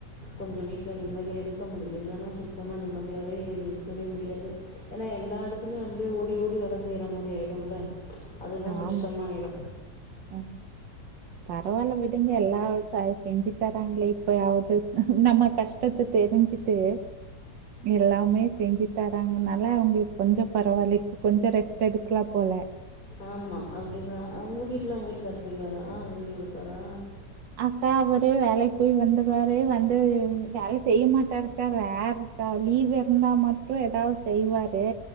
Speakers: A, on the left (about 25°); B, on the right (about 85°).
A: கொஞ்சோ வீட்ல நிம்மதியா இருக்க முடியுது இல்லனா சுத்தமா நிம்மதியாவே இருக்கவே முடியாது ஏன்னா எல்லா எடத்துலயு வந்து ஓடி ஓடி வேல செய்ற மாதிரி ஆய்டோம்ல அதுதா கஷ்டமாயிடோ
B: ஆமா. அ பரவால்ல விடுங்க எல்லா சய் செஞ்சு தராங்களே இப்பவாவ்து நம்ம கஷ்டத்த தெரிஞ்சுட்டு எல்லாமே செஞ்சு தராங்கனால அவுங்குளுக் கொஞ்சம் பரவால்ல இப்ப கொஞ்சோ ரெஸ்ட் எடுக்கலா போல
A: ஆமா அப்டிதா அ உங்க வீட்ல உங்க வீட்டுக்காரு செய்வாரா ஆஞ்சு குடுப்பாரா
B: அக்கா அவரு வேலைக் போய் வந்துருவாரு வந்து வேலை செய்ய மாட்டாருக்கா வேற ப்ப லீவ் இருந்தா மட்டு எதாவ் செய்வாரு